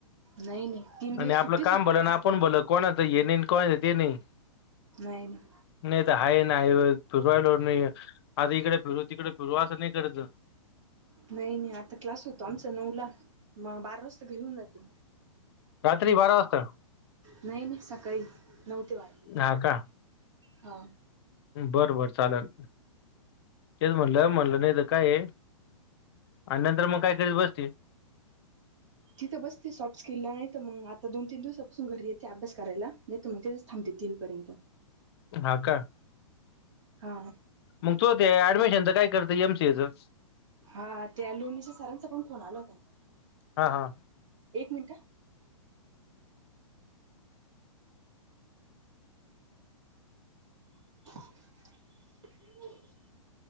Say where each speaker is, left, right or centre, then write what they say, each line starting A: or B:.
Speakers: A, on the right; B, on the left.
A: नाही नाही तीन दिवस
B: आणि आपलं
A: सुट्टीच
B: काम
A: होती
B: भलं
A: क्लासला.
B: आणि आपण भलं. कोणाच हे नाही आणि कोणाच ते नाही.
A: नाही नाही.
B: नाही तर आहे नाही होय फिरु राहिलो मी. आता इकडे फिरु, तिकडे फिरु असं नाही करत जाऊ.
A: नाही नाही आता क्लास होतो आमचा नऊला, मग बारा वाजता घरी येऊन जाते मी.
B: <inaudible> बारा वाजता
A: नाही नाही सकाळी नऊ ते बारा.
B: हा का
A: हा.
B: बरं बर चालेल. तेच
A: हा.
B: म्हणलं म्हणलं नाही तर काय आहे आणि नंतर मग काय करीत बसती
A: तिथं बसती सॉफ्ट स्किलला, नाही तर मग आता दोन तीन दिवसापासून घरी येते अभ्यास करायला. तुमच्याकडेच थांबते तीनपर्यंत.
B: हा का?
A: हा.
B: मग तो ते ऍडमिशनच काय करती एमसीएचं?
A: हा त्या लोणीच्या सरांचा पण फोन आला होता.
B: हा हा.
A: एक मिनिट हा. <inaudible>